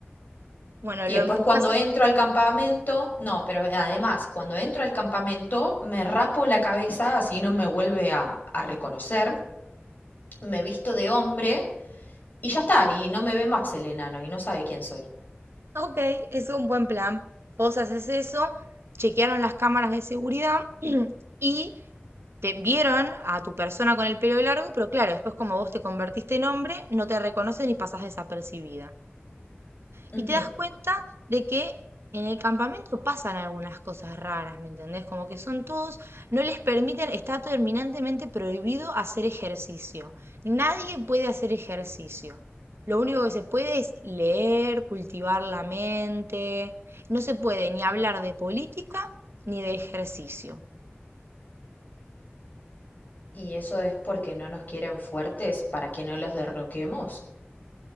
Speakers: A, on the right (about 75°); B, on the left (about 45°).
A: Bueno,
B: Y
A: lo
B: después
A: empujas.
B: cuando
A: a-
B: entro al campamento, no, pero además, cuando entro al campamento, me rapo la cabeza así no me vuelve a, a reconocer, me visto de hombre Y ya está, y no me ve más el enano y no sabe quién soy.
A: Ok, es un buen plan. Vos haces eso, chequearon las cámaras de seguridad <clears throat> y te vieron a tu persona con el pelo largo, pero claro, después como vos te convertiste en hombre, no te reconocen y pasas desapercibida. Y
B: Ujú.
A: te das cuenta de que en el campamento pasan algunas cosas raras, ¿me entendés? Como que son todos, no les permiten, está terminantemente prohibido hacer ejercicio. Nadie puede hacer ejercicio. Lo único que se puede es leer, cultivar la mente. No se puede ni hablar de política ni de ejercicio.
B: ¿Y eso es porque no nos quieren fuertes para que no los derroquemos?